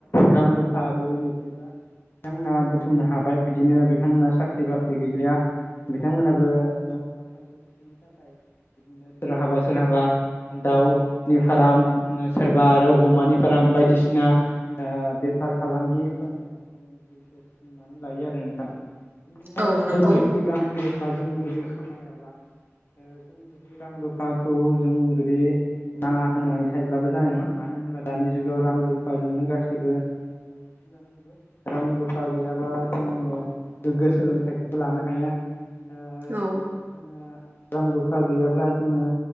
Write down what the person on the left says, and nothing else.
रांरुफा बबेनिफ्रायबा बिथांमोना बुथुमनो हाबाय बिदिनो बिथांमोनहा साख्रि बाख्रि गैलिया। बिथांमोनाबो गावनि आंखाल थाखाय बिदिनो सोरहाबा सोरहाबा दाउनि फाराम सोरबा आरो अमानि फाराम बायदिसिना आ बे फार फालांगि खालामनानै गावनि जिउखौ सुफुंनानै लायो आरो नोंथां। बिदिनो
जों बिदि रां रुप बा जों जुदि खामायाब्ला जों जुदि रां रुफाखौ जों जुदि नाङा होननानै थायोब्लाबो जानाय नङा मानो होनबा दानि जुगाव रां रुफाजोंनो गासैबो औ। <unintelligible> रां रुफा गैयाबा जोङो गोग्गो सोलोंथाइखौबो लानो हाया। ओ
जोङो रां रुफा गैयाब्ला जोङो